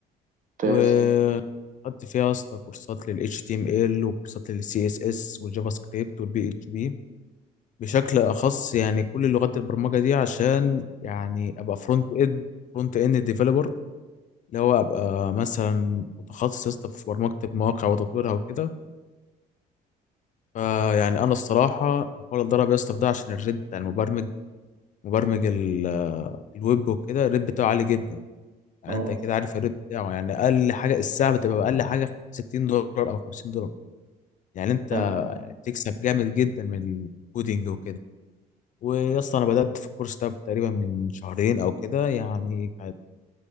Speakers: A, on the right; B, on the left.
A: ممتاز
B: وكده خدت فيها يا اسطى كورسات لل HTML وكورسات لل CSS والجافا سكريبت وال PHP بشكل أخص يعني كل لغات البرمجة دي عشان يعني أبقى فرونت إند فرونت إند ديفلوبر اللي هو أبقى مثلا متخصص يا اسطى في برمجة المواقع وتطويرها وكده فيعني أنا الصراحة بحاول أتدرب يا اسطى في ده عشان الريت بتاع المبرمج مبرمج ال- الويب وكده الريت بتاعه عالي جدا يعني
A: اه
B: أنت كده عارف الريت بتاعه يعني أقل حاجة الساعة بتبقى أقل حاجة 60 دولار أو 50 دولار يعني انت
A: تمام.
B: يعني بتكسب جامد جدا من الكودينج وكده ويا اسطى انا بدات في الكورس ده تقريبا من شهرين او كده يعني كانت-